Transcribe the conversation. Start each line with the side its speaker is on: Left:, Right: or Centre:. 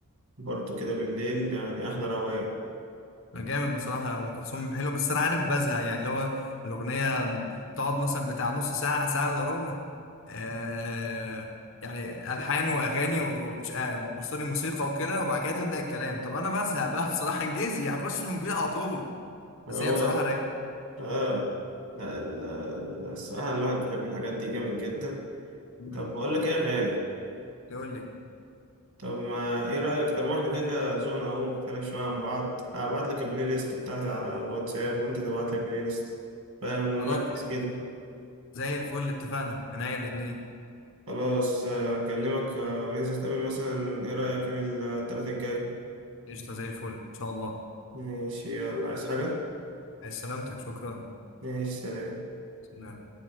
Right: برضو كده بالليل يعني احلى روقان
Left: جامد بصراحة أم كلثوم حلو بس أنا عارف بزهق يعني اللي هو الأغنية تقعد مثلا بتاع نص ساعة ساعة إلا ربع آه يعني ألحان وأغاني ومش آه، وسوري موسيقى وكده وبعد كده تبدأ الكلام طب أنا بزهق بقى <laughs> بصراحة إنجليزي هخش في المفيد على طول
Right: هو
Left: بس هي بصراحة رايقة
Right: اه لا ال- ال- الصراحه الواحد بيحب الحاجات دي جامد جدا
Left: مم.
Right: طب بقول لك ايه يا غالي
Left: يقول لك
Right: طب ما ايه رايك طالما احنا كده كده ذوقنا اهو مختلف شويه عن بعض هبعت لك البلاي ليست بتاعتي على الواتساب وانت تبعت لي البلاي ليست فاهم ونمكس
Left: خلاص زي
Right: كده
Left: زي الفل اتفقنا عينيا الاتنين
Right: خلاص آه، أكلمك آه، وننزل نتقابل مثلا إيه رأيك يوم التلاتة الجاي
Left: قشطة زي الفل إن شاء الله
Right: ماشي يلا عايز حاجة
Left: عايز سلامتك شكرا
Right: ماشي سلام
Left: سلام